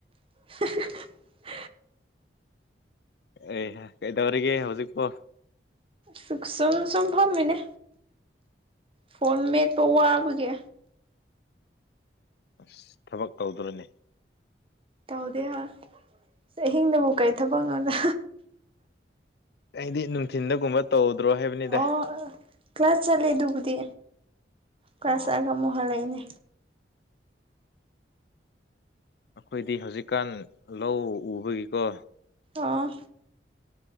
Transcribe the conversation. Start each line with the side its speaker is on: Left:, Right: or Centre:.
Right: <inaudible>
Left: ꯑꯦ ꯀꯩꯗꯧꯔꯤꯒꯦ ꯍꯧꯖꯤꯛꯄꯣ
Right: ꯁꯨ ꯁꯨꯝ ꯁꯨꯝ ꯐꯝꯃꯤꯅꯦ ꯐꯣꯟ ꯃꯦꯠꯄ ꯋꯥꯕꯒꯦ
Left: ꯑꯁ ꯊꯕꯛ ꯇꯧꯗ꯭ꯔꯅꯦ
Right: ꯇꯧꯗꯦ ꯍꯥ ꯑꯍꯤꯡꯗꯕꯨ ꯀꯔꯤ ꯊꯕꯛ ꯉꯗ
Left: ꯑꯩꯗꯤ ꯅꯨꯡꯊꯤꯟꯗꯒꯨꯝꯕ ꯇꯧꯗ꯭ꯔꯣ ꯍꯥꯏꯕꯅꯤꯗ
Right: ꯑꯣ ꯀ꯭ꯂꯥꯁ ꯆꯠꯂꯦ ꯑꯗꯨꯕꯨꯗꯤ ꯀ꯭ꯂꯥꯁ
Left: ꯑꯣ
Right: ꯆꯠꯂꯒ ꯑꯃꯨꯛ ꯍꯜꯂꯛꯏꯅꯦ
Left: ꯑꯩꯈꯣꯏꯗꯤ ꯍꯧꯖꯤꯛꯀꯥꯟ ꯂꯧ ꯎꯕꯒꯤꯀꯣ
Right: ꯑꯥ